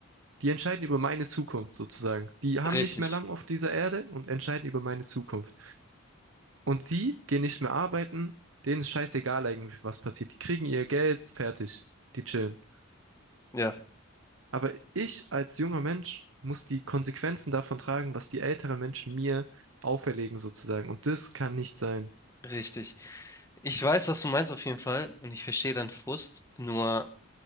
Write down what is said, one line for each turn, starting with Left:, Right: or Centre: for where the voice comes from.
Right: die entscheiden über meine Zukunft sozusagen. Die haben
Left: Richtig.
Right: nicht mehr lang auf dieser Erde und entscheiden über meine Zukunft. Und die gehen nicht mehr arbeiten, denen ist scheißegal eigentlich, was passiert. Die kriegen ihr Geld, fertig, die chillen.
Left: Ja,
Right: Aber ich als junger Mensch muss die Konsequenzen davon tragen, was die älteren Menschen mir auferlegen sozusagen. Und das kann nicht sein.
Left: richtig. Ich weiß, was du meinst auf jeden Fall und ich verstehe deinen Frust, nur.